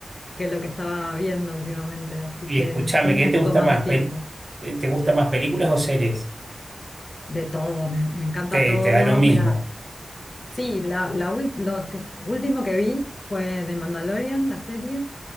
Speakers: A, on the left (about 40°); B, on the right (about 35°).
A: que lo que estaba viendo últimamente, así
B: Y
A: que
B: escúchame,
A: tengo
B: ¿qué
A: un
B: te
A: poco
B: gusta
A: más
B: más?
A: de tiempo.
B: Pel- eh, ¿Te gusta más películas o series?
A: De todo, me, me encanta
B: Te,
A: todo.
B: te da lo mismo.
A: Mira, sí, la, la ul- lo que- último que vi fue The Mandalorian, la serie,